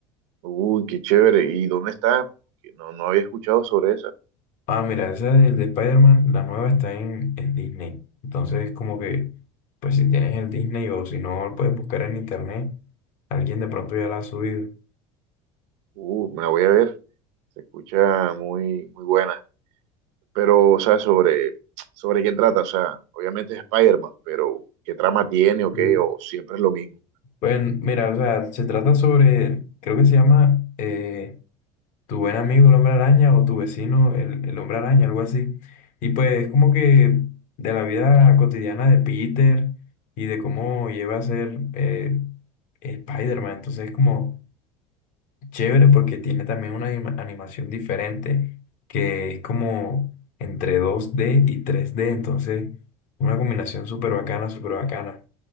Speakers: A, on the right; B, on the left.
A: Uy, qué chévere. ¿Y dónde está? Porque No, no había escuchado sobre esa.
B: Ah, mira, esa del de Spider-Man, la nueva está en, en Disney. Entonces, como que, pues si tienes el Disney o si no, puedes buscar en internet. Alguien de pronto ya la ha subido.
A: Uh, me la voy a ver. Se escucha muy, muy buena. Pero, o sea, sobre, sobre qué trata, o sea, obviamente es Spider-Man, pero ¿qué trama tiene o
B: Mm.
A: qué? O siempre es lo mismo.
B: Pues mira, o sea, se trata sobre, creo que se llama eh, Tu buen amigo el hombre araña o Tu vecino el, el hombre araña, algo así. Y pues como que de la vida cotidiana de Peter y de cómo lleva a ser eh, Spider-Man. Entonces, como Chévere porque tiene también una anima- animación diferente que es como entre dos d y tres d entonces una combinación súper bacana, súper bacana.